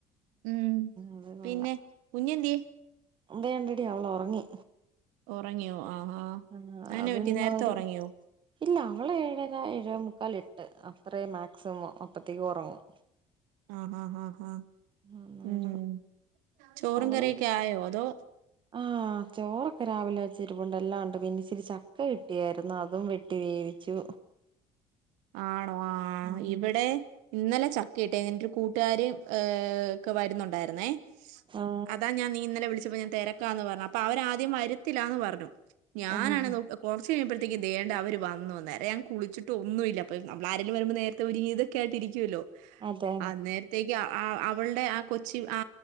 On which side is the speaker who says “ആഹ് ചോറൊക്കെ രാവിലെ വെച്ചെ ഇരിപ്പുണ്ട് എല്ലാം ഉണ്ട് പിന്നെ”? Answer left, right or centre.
Right